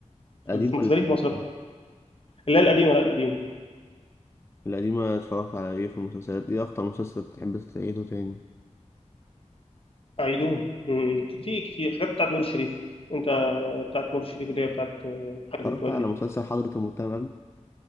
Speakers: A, on the left; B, on the left.
A: قديم
B: ال- في
A: ولا
B: تاريخ
A: جديد؟
B: مصر اللي هي القديمه لا القديمه
A: القديمة اتفرجت على ايه في المسلسلات ايه أكتر مسلسل تحب تعيده تاني؟
B: عيدون امم كتير كتير حاجات بتاعت نور الشريف انت بتاعت نور الشريف اللي هي بتاعت آه، حاجه
A: اتفرجت
B: متولي
A: على مسلسل حضرة المؤتمر قبل؟